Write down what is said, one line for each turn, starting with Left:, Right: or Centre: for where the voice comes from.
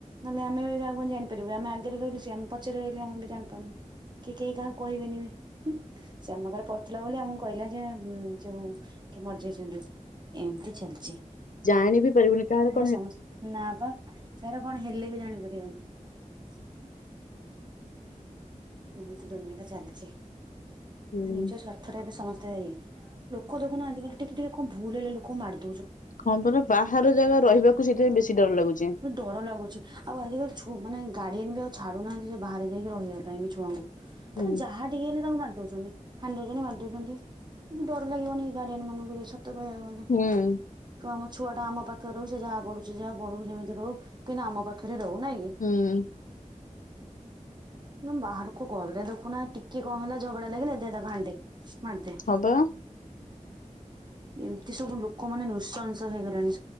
Right: ନହେଲେ ଆମେ ବି କାହାକୁ କଣ ଜାଣିପାରିବୁ ଆମେ ଆଗରେ ରହିଲେ ସିଏ ଆମ ପଛରେ ରହିଲି ଆମେ ବି ଜାଣିପାରୁନୁ କି କେହି କାହାକୁ କହିବେନି ସେ ଆମ କରେ ପଢୁଥିଲା ବୋଲି ଆମକୁ କହିଲା ଯେ ଯଉ କି ମରିଯଯାଇଛନ୍ତି ଏମିତି ଚାଲିଛି।
Left: ଜାଣି ବି ପାରିବୁନି କାହାର କ
Right: ସମ ନାପା ସାଡେ କଣ ହେଲେ ବି ଜାଣିପାରିବନି। ଏମିତି ଦୁନିଆ ଟା ଚାଲଚି।
Left: ହୁଁ
Right: ନିଜ ସ୍ୱାର୍ଥଟାକୁ ସମସ୍ତେ ଲୋକ ଦେଖୁନ ଆଜିକାଲି ଟିକେ ଟିକେ କଣ ଭୁଲ ହେଲେ ଲୋକ ମାର
Left: ହଁ ପରା ବାହାର ଜାଗାରେ ରହିବାକୁ ସେଥିପାଇଁ ବେଶୀ ଡର ଲାଗୁଚି।
Right: ଡର ଲାଗୁଛି ଆଉ ଆଜିିକାଲି ଛୁଆ ମାନେ ଗାର୍ଡିଆନ୍ ଆଉ ଛାଡ଼ୁନାହାନ୍ତି ଯେ ବାହାରେ ଯାଇକି ରହିବା ପାଇଁ ବି ଛୁଆଙ୍କୁ।
Left: ହୁଁ
Right: ତ ଯାହା ଟିକେ ହେଲେ ତାକୁ ମାରି ଦଉଚନ୍ତି। ହାଣିଦୋଉଚନ୍ତି ମାରିଦୋଉଚନ୍ତି। ଡର ଲାଗିବନି ଗାର୍ଡ଼େନମାନାନଙ୍କୁ ବି ସ ସତ କହିବାକୁ ଗଲେ
Left: ହୁଁ
Right: କଣ ଛୁଆଟା ଆମ ପାଖରେ ସେ ଯାହା ପଢୁଛି ଯହା ପଢ଼ାଉ ଯେମିତି ରହୁ କିନ୍ତୁଆାମ ପାଖରେ ରହୁ ନା କି?
Left: ହୁଁ
Right: ବାହାରକୁ ଗଲେ ଦେଖୁନା ଟିକେ କଣ ହେଲା ଝଗଡା ଲାଗିଲା ଦେ ତାକୁ ହଣିଦେ। ମାରଦେ।
Left: ହଁ ବା।
Right: ଏମିତି ସବୁ ଲୋକମାନେ ନୁ ନୁରସଂସ ହେଇଗଲେଣି।